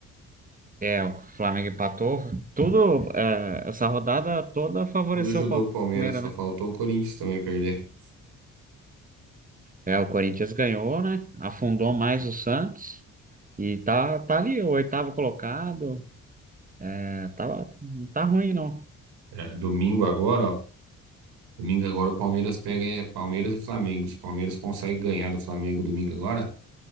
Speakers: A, on the right; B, on the right.
A: É, o Flamengo empatou. Tudo, é, essa rodada toda favoreceu
B: Tudo ajudou
A: o
B: o Palmeiras,
A: Palmeiras,
B: só
A: né?
B: faltou o Corinthians também perder.
A: É, o Corinthians ganhou, né? Afundou mais o Santos. E tá, tá ali, o oitavo colocado. É, tá, não tá ruim, não.
B: É, domingo agora, ó. Domingo agora o Palmeiras pega é, Palmeiras e Flamengo. Se o Palmeiras consegue ganhar do Flamengo domingo agora,